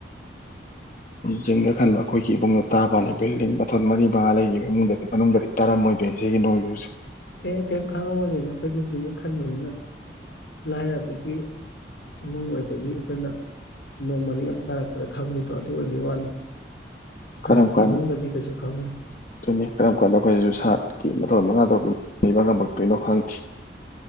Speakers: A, on the left; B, on the left.
A: ꯖꯤꯡꯒ ꯈꯟꯕ ꯑꯩꯈꯣꯏꯒꯤ ꯏꯃꯨꯡꯗ ꯇꯥꯕꯅꯤ ꯕꯤꯜꯗꯤꯡ ꯃꯊꯣꯟ ꯃꯔꯤ ꯃꯉꯥ ꯂꯩꯈꯤꯕ ꯏꯃꯨꯡꯗꯗꯤ ꯃꯅꯨꯡꯗꯗꯤ ꯇꯥꯔꯝꯃꯣꯏꯗꯣꯏꯅꯤ ꯁꯤꯒꯤ ꯅꯣꯡꯖꯨꯁꯦ
B: ꯑꯦ ꯀꯔꯤꯝ ꯈꯪꯉꯝꯃꯣꯏꯗꯣꯏꯅꯤ ꯑꯩꯈꯣꯏꯗꯤ ꯖꯤꯡꯒ ꯈꯟꯕꯅꯤꯅ ꯂꯥꯏꯔꯕꯒꯤ ꯏꯃꯨꯡ ꯑꯣꯏꯕꯒꯤ ꯑꯩꯈꯣꯏꯅ ꯅꯣꯡꯃꯔꯤꯛ ꯑꯃ ꯇꯥꯔꯛꯄꯗ ꯈꯪꯕꯗꯣ ꯑꯗꯨ ꯑꯣꯏ ꯒꯤ ꯋꯥꯅꯤ ꯁꯥꯇ꯭ꯔꯒꯤ
A: ꯀꯔꯝ ꯀꯟ
B: ꯏꯃꯨꯡꯗꯗꯤ ꯀꯩꯁꯨ ꯈꯪꯉꯣꯏ
A: ꯗꯨꯅꯤ ꯀꯔꯝ ꯀꯥꯟꯗ ꯑꯩꯈꯣꯏꯁꯨ ꯁꯥꯠꯀꯤ ꯃꯊꯣꯜ ꯃꯉꯥ ꯇꯥꯔꯨꯛꯇ ꯂꯩꯕꯥ ꯉꯥꯃꯛ ꯇꯣꯏꯅꯣ ꯈꯪꯗꯦ